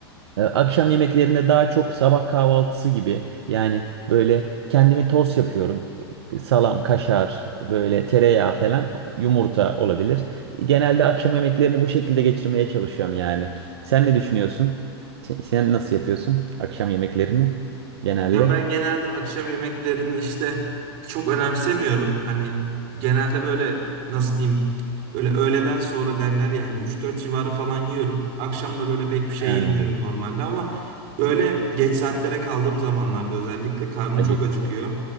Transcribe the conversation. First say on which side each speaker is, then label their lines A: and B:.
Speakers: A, on the right; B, on the right.
A: Ee, Akşam yemeklerinde daha çok sabah kahvaltısı gibi yani böyle kendimi tost yapıyorum. Ee, Salam, kaşar, böyle tereyağı falan, yumurta olabilir. Genelde akşam yemeklerini bu şekilde geçirmeye çalışıyorum yani. Sen ne düşünüyorsun? Sen sen nasıl yapıyorsun akşam yemeklerini genelde?
B: Ya ben genelde akşam yemeklerini işte çok önemsemiyorum. Hani genelde böyle nasıl diyeyim böyle öğleden sonra derler ya hani 3-4 civarı falan yiyorum. Akşam da böyle pek bir şey
A: Ha,
B: yemiyorum normalde ama böyle geç saatlere kaldığım zamanlarda özellikle karnım
A: acıktım.
B: çok acıkıyor.